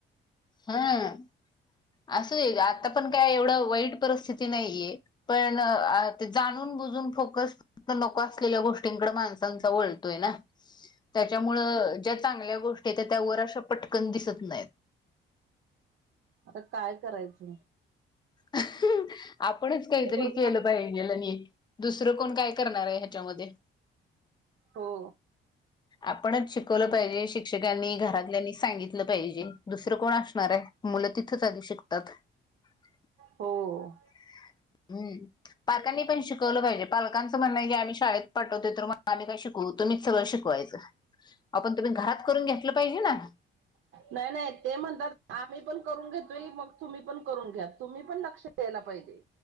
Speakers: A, on the left; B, on the right.
A: हा- अस हे, आत्ता पण काय एवढं वाईट परिस्थिती नाहिये, पण जाणून-बुझून फोकस तो नको असलेल्या गोष्टी कडे माणसांचा वळतोय ना, त्याच्यामुळे ज्या चांगल्या गोष्टी हे त्या वर अशा पटकन दिसत नाहीत.
B: आता काय करायचं?
A: ह <unintelligible> आपणच काहीतरी
B: बरोबर
A: केलं पाहिजेलं नाही <unintelligible> दुसरं कोण काय करणार आहे ह्याच्यामध्ये <unintelligible>
B: हो.
A: आपणच शिक- शिकवलं पाहीजे. शिक्षकांनी, घरातल्यांनी सांगितलं पाहिजे. दुसर कोण- मु त <unintelligible> चालू शिकतात <unintelligible>
B: हो
A: हम्म पालकांनी पण शिकवलं पाहिजे पालकां असं म्हण की आ्ही शाेत पाठवते तर मगम्ही का शिकू तुमच सगळं शिकवायं आपण तुम्ही घरात करून घेतलं पाहिजे ना
B: नाही नाही ते म्हणतात आम्ही पण करून घेतो मग तुम्ही पण करून घ्या तुम्ही पण लक्ष द्यायला पाहिजे